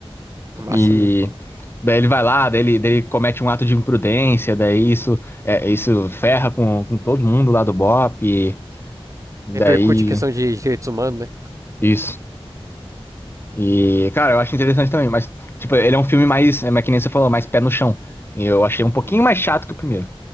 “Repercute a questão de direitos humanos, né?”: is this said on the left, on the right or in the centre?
Right